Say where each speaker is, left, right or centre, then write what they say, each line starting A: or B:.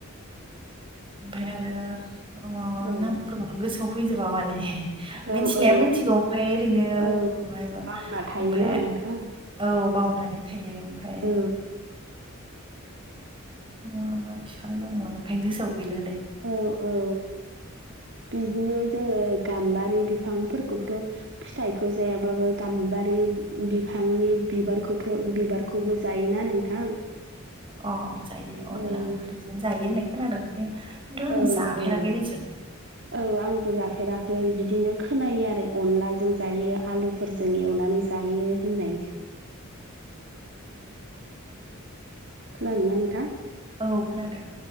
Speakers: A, on the right (about 25°); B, on the right (about 60°).
A: ओमफ्राय आरो
B: औ
A: नामफोरखौनो गोसोआव फैजोबा माने।
B: औ
A: मिथिनाया
B: औ
A: मिथिगौ ओमफाय ओरैनो
B: औ
A: ओमफ्राय
B: बावना थायोना
A: ओमफाय
B: नोंथां
A: औ बावनानै थायो ओमफाय
B: औ
A: मा मा बिफां दंमोन ओमफ्राय गोसोआव गैला दे।
B: औ औ बिदिनो जोङो गाम्बारि बिफांफोरखौबोथ' फिथाइखौ जायाबाबो गाम्बारि बिफांनि बिबारखौथ' बिबार खौबो जायोना नोंथां।
A: अ जायो अनला
B: ओं
A: ओंख्रिजों जायो होननाय खोनादों बे दं
B: औ
A: जा फेर
B: औ
A: गेरैस
B: औ आंबो जाफेराखै बिदिनो खोनायो आरो अनलाजों जायो। आलुफोरजों एवनानै जायो होननाय खालामोन नोंथां।
A: औ खोनादों।